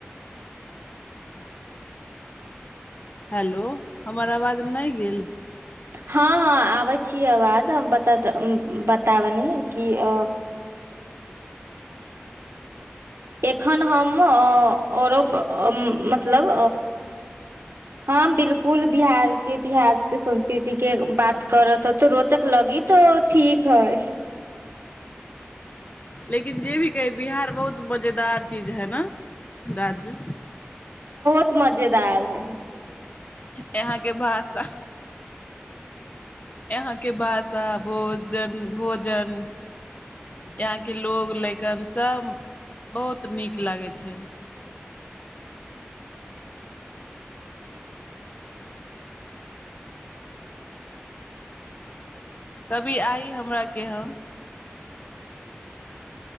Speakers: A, on the left; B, on the right.
A: हेलो हमर आवाज नहि गेल।
B: हँ हँ आबै छीियै बाद बता बताबनि कि अ। एखन हम औरो मतलब हम बिलकुल बिहार के इतिहासके संस्कृति के बात करत ह तऽ रोचक लगी तऽ ठीक हइ।
A: लेकिन जे भी कहै बिहार बहुत मजेदार चीज है ने। राज्य।
B: बहुत मजेदार। है
A: यहाँके भाषा। यहाँके भाषा भोजन। भोजन। यहाँके लोकोग लकन सभ बहुत नीक लागै छै। कभी आइ हमरा केहाँ।